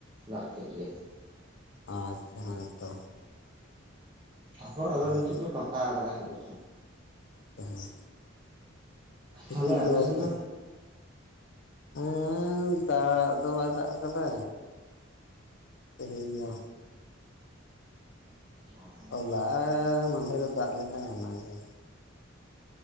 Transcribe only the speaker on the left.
ᱟᱪᱪᱷᱟ ᱦᱮᱸ ᱛᱚ
ᱦᱮᱸ
ᱟᱪᱪᱷᱟ ᱦᱮᱸ ᱠᱤᱪᱨᱤᱡ
ᱠᱚ ᱵᱟᱠᱚ
ᱦᱮᱸ ᱫᱟᱜ ᱫᱚ ᱵᱟᱭ ᱫᱟᱜ ᱟᱠᱟᱫᱟ ᱛᱮᱦᱮᱧ ᱫᱚ
ᱦᱚᱞᱟ ᱢᱟᱫᱷᱮᱨᱮ ᱫᱟᱜ ᱞᱮᱫᱟ ᱚᱱᱟᱜᱮ